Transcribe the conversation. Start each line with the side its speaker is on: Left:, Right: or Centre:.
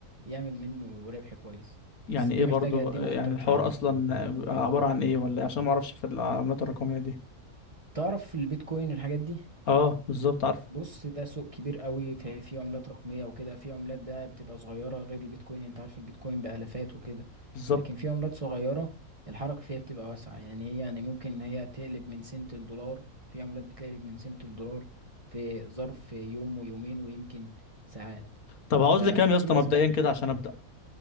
Right: يعمل منه ربح كويس
Left: يعني
Right: بس دي
Left: ايه
Right: محتاجه
Left: برضو
Right: دي
Left: يعني
Right: مخاطرتها
Left: الحوار
Right: عاليه
Left: اصلا عبارة عن ايه ولا إيه؟ عشان ما اعرفش في العملات الرقمية دي
Right: تعرف في البيتكوين والحاجات دي
Left: اه بالظبط عارف
Right: بص ده سوق كبير قوي في في عملات رقمية وكده في عملات بقى بتبقى صغيرة غير البيتكوين انت عارف البيتكوين بآلافات وكده
Left: بالظبط
Right: لكن في عملات صغيرة الحركة فيها بتبقى واسعة يعني هي يعني ممكن هي تقلب من سنت الدولار في عملات بتقلب من سنت الدولار في ظرف يوم ويومين ويمكن ساعات
Left: طب هعوز
Right: ففي
Left: لي كام يا اسطى
Right: ناس
Left: مبدئيا
Right: بقى
Left: كده عشان ابدا